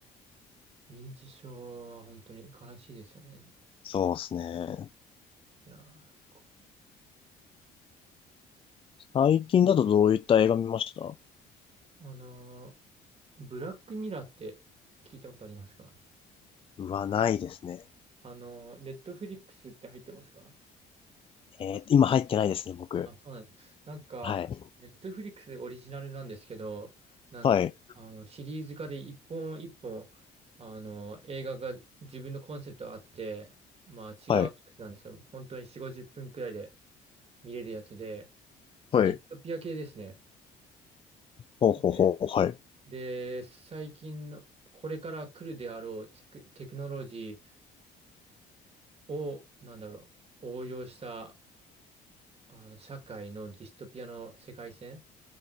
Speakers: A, on the right (about 35°); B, on the left (about 30°).
A: 認知症は本当に悲しいですよね。
B: そうですね。
A: いやー、こでも
B: 最近だとどういった映画見ました
A: あのーブラックミラーって聞いたことありますか
B: うわ、ないですね。
A: あのー、ネットフリックスって入ってますか
B: えー今入ってないですね、僕。
A: あ、そうなんです。なんか、
B: はい。
A: ネットフリックスオリジナルなんですけど、なんか、
B: はい、
A: あの、シリーズ化で一本一本、あの、映画が自分のコンセプトがあって、まあ違うやつなんですけど、
B: はい、
A: 本当に4、50分くらいで見れるやつで、
B: はい。
A: ディストピア系ですね。
B: ほうほうほう、
A: で、
B: はい、
A: で最近の、これから来るであろうテク、テクノロジーを、なんだろう、応用した、あの、社会のディストピアの世界線